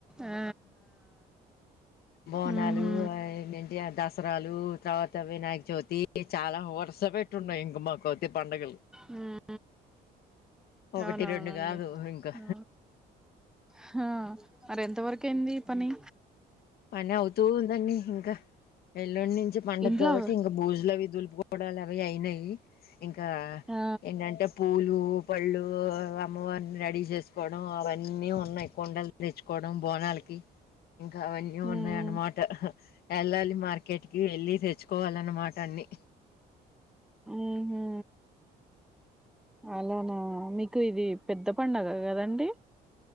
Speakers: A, in the centre; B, on the left.
A: ఆ,
B: బోనాలు
A: మ్హూ.
B: అయిన్డి దస్ రాలు తర్వాత వినాయక చవితి చాలా వరుస పెట్టున్నాయి ఇంక మాకువితి పండుగలు
A: మ్మ్
B: ఒకటి
A: అవునవునండి
B: రెండు కాదు ఇంకా
A: ఆ హ మరి ఎంత వరకైయింది పని
B: పని అవుతూ ఉందండి ఇంకా ఎల్లుండి నుంచి పండుగ
A: ఇంట్లో
B: కాబట్టి ఇంక భూజులవి దులుపుకోవడాలు అవి అయినాయి ఇంకా
A: ఆ,
B: ఏంటంటే పూలు పళ్ళు అమ్మవారిని రెడీ చేసుకోవడం అవన్నీ ఉన్నాయ్ కుండల్ తెచ్చుకోవడం బోనాలకి ఇంకా అవనీ నీ
A: మ్,
B: ఉన్నాయనమాట
A: మ్.
B: ఎళ్ళాలి మార్కెట్కి వెళ్ళి తెచ్చుకోవాలనమాట అన్ని
A: ఉహు అలానా మీకు ఇది పెద్ద పండుగ గాదండి